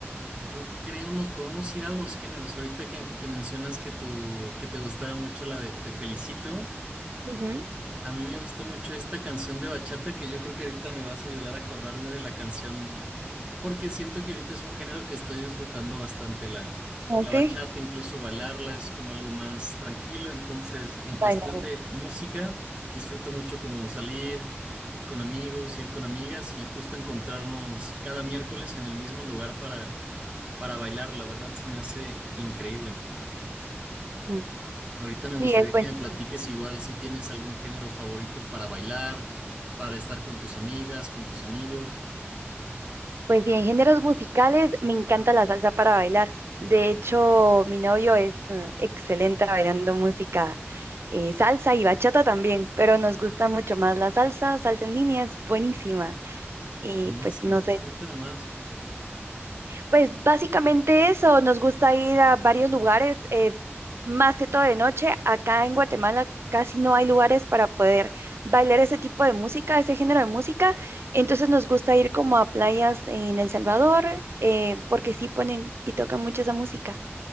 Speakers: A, on the right (about 25°); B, on the right (about 60°).
A: yo creo nos podemos ir a los géneros. Ahorita que, que mencionas que, tu, que te gustaba mucho la de Te felicito,
B: Ujú.
A: A mí me gusta mucho esta canción de bachata que yo creo que ahorita me vas a ayudar a acordarme de la canción porque siento que ahorita es un género que estoy disfrutando bastante la, la
B: Sí.
A: bachata, incluso bailarla es como algo más tranquilo, entonces en cuestión
B: Bailarla.
A: de música disfruto mucho como salir, ir con amigos, ir con amigas y justo encontrarnos cada miércoles en el mismo lugar para, para bailar, la verdad se me hace increíble.
B: Mm.
A: Ahorita me
B: Sí,
A: gustaría
B: es buenísimo.
A: que me platiques igual si tienes algún género favorito para bailar, para estar con tus amigas, con tus amigos.
B: Pues bien, géneros musicales, me encanta la salsa para bailar. De hecho, mi novio es mm, excelente bailando música eh, salsa y bachata también, pero nos gusta mucho más la salsa, salsa en línea es buenísima. Y
A: Buenísimo,
B: pues no sé,
A: cuéntame más.
B: Pues básicamente eso, nos gusta ir a varios lugares, eh, más que todo de noche. Acá en Guatemala casi no hay lugares para poder bailar ese tipo de música, ese género de música. Entonces nos gusta ir como a playas en El Salvador, eh, porque sí ponen y tocan mucho esa música.